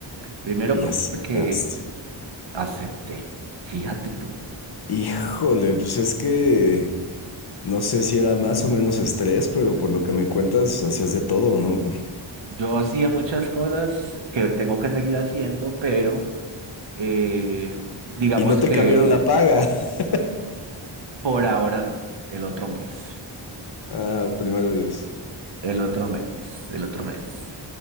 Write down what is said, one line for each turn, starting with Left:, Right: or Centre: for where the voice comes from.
Right: Primero
Left: Y
Right: porque
Left: aceptaste.
Right: acepté. Fíjate tú.
Left: Híjole, pues es que no sé si era más o menos estrés, pero por lo que me cuentas, hacías de todo, ¿no?
Right: Yo hacía muchas cosas que tengo que seguir haciendo, pero eh, digamos
Left: Y no te
Right: que
Left: cambiaron la paga. <laughs>
Right: por ahora no, el otro mes,
Left: Ah, primero Dios.
Right: el otro mes, el otro mes.